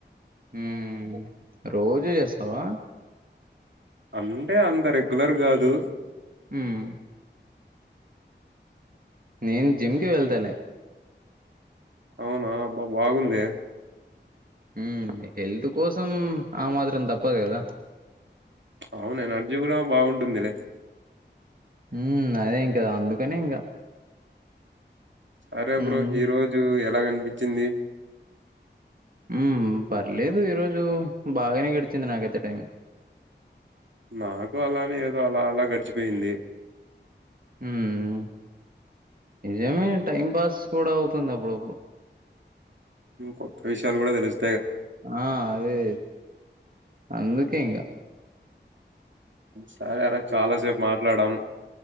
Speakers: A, on the right (about 50°); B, on the right (about 80°).
A: ఉ రోజు చేస్తావా
B: అంటే అంత రెగ్యులర్ కాదు
A: హుమ్ నేను జిమ్ కి వెళ్తాలే
B: అవునా అబ్బా బాగుందే
A: హుమ్ హెల్త్ కోసం ఆ మాత్రం తప్పదు కదా
B: అవును ఎనర్జీ కూడా బాగుంటుందిలే
A: హుమ్ అదే ఇంక అందుకనే ఇంకా
B: సరే బ్రో
A: ఉమ్
B: ఈ రోజు ఎలాగనిపించింది
A: హుమ్ పర్లేదు ఈరోజు బాగానే గడిచింది నాకైతే టైం
B: నాకు అలానే ఏదో అలా అలా గడిచిపోయింది
A: హుమ్ నిజమే టైం పాస్ కూడా అవుతుంద బ్రో
B: కొత్త విషయాలు కూడా తెలుస్తయ్
A: ఆ అదే అందుకే ఇంకా
B: సరే రా చాలాసేపు మాట్లాడాం